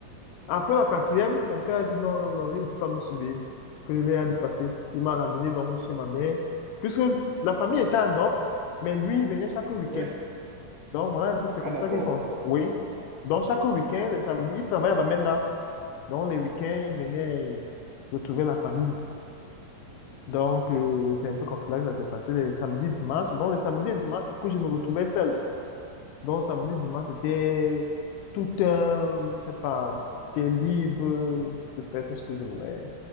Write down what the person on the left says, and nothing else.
Après la quatrième, mon père a dit non, non, non, il ne peut pas me suivre, que je l'ai à dépasser. Il m'a ramené donc chez ma mère, puisque la famille était en Europe, mais lui, il venait chaque week-end.
Donc voilà un peu, c'est comme
ça qu'il pense.
Oui.
Donc chaque week-end,
le samedi, il travaillait à Bamenda. Donc les week-ends, il venait retrouver la famille. Donc euh, c'est un peu comme cela que ça s'est passé les samedis, dimanches. Donc les samedis et dimanches, du coup, je me retrouvais seul. Donc samedi, dimanche, c'était tout un, je sais pas, j'étais libre de faire tout ce que je voulais.